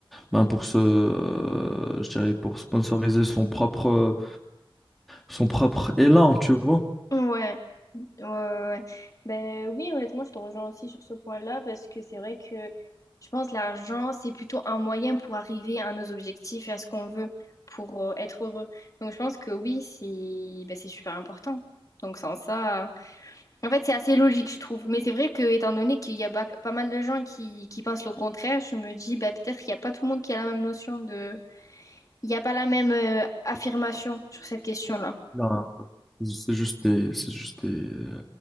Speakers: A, in the centre; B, on the left (about 40°).
A: ben, pour se, euh, je dirais, pour sponsoriser son propre, son propre élan, tu vois.
B: Ouais, ouais, ouais. ouais. Ben oui, honnêtement, je te rejoins aussi sur ce point-là parce que c'est vrai que je pense que l'argent, c'est plutôt un moyen pour arriver à nos objectifs et à ce qu'on veut pour euh, être heureux. Donc je pense que oui, c'est ben, c'est super important. Donc sans ça, en fait, c'est assez logique, je trouve. Mais c'est vrai que étant donné qu'il y a ba- pas mal de gens qui, qui pensent le contraire, je me dis ben, peut-être qu'il n'y a pas tout le monde qui a la même notion de... Il n'y a pas la même euh, affirmation sur cette question-là.
A: Non, c'est juste des, c'est juste des, euh,